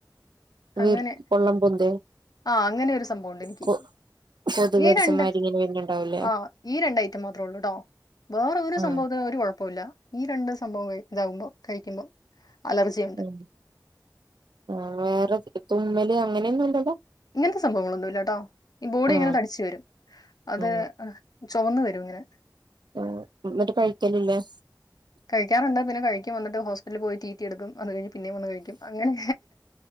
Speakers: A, on the right (about 90°); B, on the left (about 60°).
A: വീർ
B: അങ്ങനെ
A: പൊള്ളം പൊന്തെ
B: ആ അങ്ങനെ ഒരു സംഭവുണ്ട് എനിക്ക്,
A: കൊ കൊതുക്
B: ഈ
A: കടിച്ചമാരി
B: രണ്ട്,
A: ഇങ്ങനെ വരുന്നുണ്ടാവൂലേ
B: ആഹ് ഈ രണ്ട് ഐറ്റം മാത്രുള്ളൂട്ടോ വേറൊരു
A: ആ
B: സംഭവത്തിനും ഒരു കൊഴപ്പോല്ല. ഈ രണ്ട് സംഭവം ഇതാവുമ്പോ കഴിക്കുമ്പോ അലർജിയുണ്ട്
A: ഉം ആ വേറെ തുമ്മല് അങ്ങനെയൊന്നും ഇല്ലല്ലോ
B: ഇങ്ങനത്തെ സംഭവങ്ങളെന്നും ഇല്ലാട്ടോ, ഈ ബോഡി
A: ആ
B: ഇങ്ങനെ തടിച്ചു വെരും അത്
A: ആ
B: ചുവന്നു വെരും ഇങ്ങനെ
A: ആ എന്നിട്ട് കഴിക്കലില്ലേ
B: കഴിക്കാറുണ്ട് പിന്നെ കഴിക്കും അന്നിട്ട് ഹോസ്പിറ്റല് പോയി ടീറ്റി എട്ക്കും അത് കഴിഞ്ഞ് പിന്നെം വന്ന് കഴിക്കും അങ്ങനെ